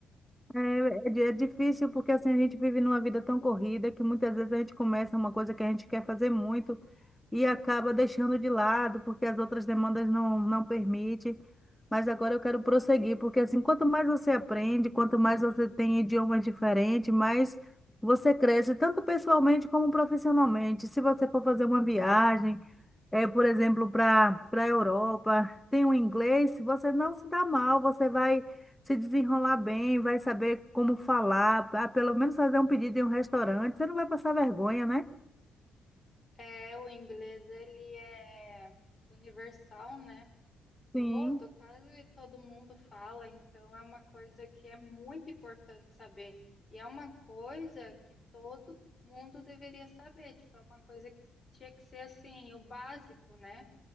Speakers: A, in the centre; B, on the left.
A: É, é di- é difícil porque assim a gente vive numa vida tão corrida que muitas vezes a gente começa uma coisa que a gente quer fazer muito e acaba deixando de lado porque as outras demandas não, não permitem. Mas agora eu quero prosseguir, porque assim, quanto mais você aprende, quanto mais você tem idiomas diferentes, mais você cresce, tanto pessoalmente como profissionalmente. Se você for fazer uma viagem, é, por exemplo, para para a Europa, tem o inglês, você não se dá mal, você vai se desenrolar bem, vai saber como falar, ah, pelo menos fazer um pedido em um restaurante, você não vai passar vergonha, né?
B: É, o inglês, ele é universal, né?
A: Sim,
B: Todo, quase todo mundo fala, então é uma coisa que é muito importante saber. E é uma coisa que todo mundo deveria saber, tipo, é uma coisa que tinha que ser assim, o básico, né?